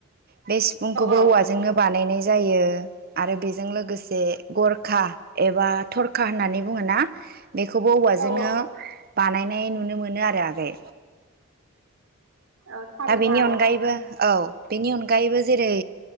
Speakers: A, on the right; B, on the right.
A: बे सिफुंखौबो
B: औ
A: औवाजोंनो बानायनाय जायो आरो बेजों लोगोसे गरखा एबा थरखा होननानै बुङो ना बेखौबो औवाजोंनो
B: औ
A: बानायनाय नुनो मोनो आरो आगै
B: औ थारैनो
A: दा बेनि
B: आब'
A: अनगायैबो औ बेनि अन गायैबो जेरै